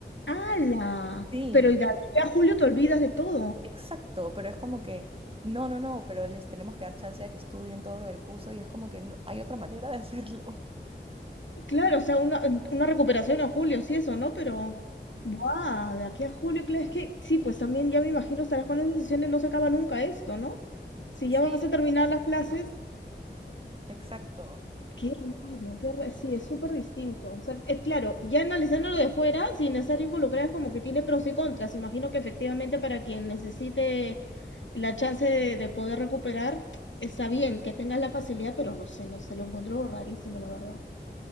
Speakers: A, on the left; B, on the right.
A: ¡Hala!
B: sí,
A: Pero ya ya julio te olvidas de todo.
B: exacto, pero es como que, no, no, no, pero les tenemos que dar chance a que estudien todo lo del curso y es como que no- hay otra manera de hacerlo. <laughs>
A: Claro, o sea, una, una recuperación en julio, sí, eso, ¿no? Pero, ¡buah! De aquí a julio, claro, es que sí, pues también ya me imagino estarás con esas sesiones, no se acaba nunca esto, ¿no? Si
B: Sí.
A: ya vas a terminar las clases,
B: Exacto.
A: qué raro, qué raro, sí, es súper distinto. O sea, eh, claro, ya analizándolo de fuera, sin estar involucrada, es como que tiene pros y contras. Imagino que efectivamente para quien necesite la chance de, de poder recuperar, está bien que tengas la facilidad, pero no sé, no sé, lo encuentro rarísimo, la verdad.